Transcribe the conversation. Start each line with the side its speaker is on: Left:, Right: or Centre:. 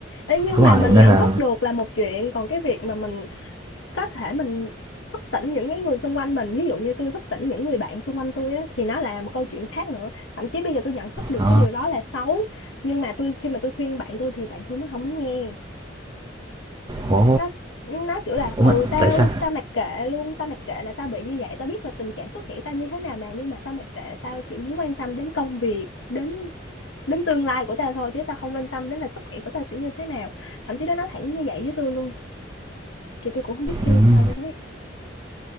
Left: Ê, nhưng
Right: đúng
Left: mà
Right: rồi,
Left: mình
Right: nên
Left: nhận
Right: là
Left: thức được là một chuyện còn cái việc mà mình có thể mình thức tỉnh những cái người xung quanh mình ví dụ như tôi thức tỉnh những người bạn xung quanh tôi á thì nó là một câu chuyện khác nữa thậm chí bây giờ tôi nhận thức được
Right: ờ,
Left: cái điều đó là xấu nhưng mà tôi khi mà tôi khuyên bạn tôi thì bạn tôi nó không muốn nghe
Right: ồ,
Left: nó nó kiểu là
Right: ủa
Left: ừ
Right: mà
Left: tao
Right: tại sao
Left: tao mặc kệ luôn tao mặc kệ là tao bị như vậy tao biết là tình trạng sức khỏe tao như thế nào mà nhưng mà tao mặc kệ tao chỉ muốn quan tâm đến công việc đến đến tương lai của tao thôi chứ tao không quan tâm đến là sức khỏe của tao sẽ như thế nào thậm chí nó nói thẳng như vậy với tôi luôn thì tôi cũng không biết khuyên
Right: ừm,
Left: sao luôn ấy